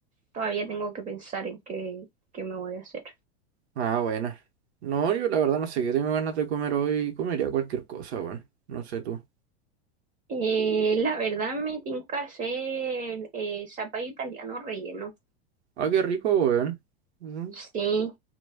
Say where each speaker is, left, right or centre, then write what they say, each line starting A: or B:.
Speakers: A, on the right (about 25°); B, on the right (about 85°).
A: todavía tengo que pensar en qué, qué me voy a hacer.
B: Ah, buena. No, yo la verdad no sé qué tengo ganas de comer hoy. Comería cualquier cosa, weón. No sé tú.
A: Eh, la verdad me tinca hacer eh, zapallo italiano relleno.
B: Ah, qué rico, weón. Ujú.
A: Sí,